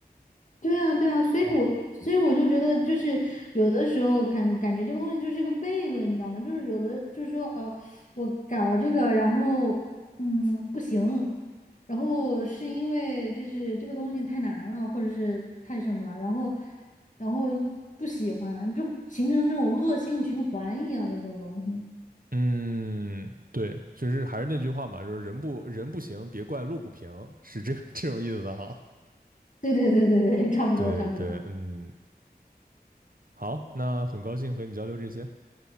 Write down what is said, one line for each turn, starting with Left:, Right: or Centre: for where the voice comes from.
Left: 对啊，对啊，所以我所以我就觉得，就是有的时候感感觉这个东西就是一个悖论，你知道吗？就是有的就是说，呃，我搞了这个，然后嗯不行，然后是因为就是这个东西太难了，或者是太什么了，然后然后一不喜欢，就形成那种恶性循环一样的这种东西。
Right: 嗯，对，就是还是那句话嘛，就是人不人不行，别怪路不平，是这个 <laughs> 这种意思的哈。
Left: 对对对对对，差不多差不多。
Right: 对对，嗯，好，那很高兴和你交流这些，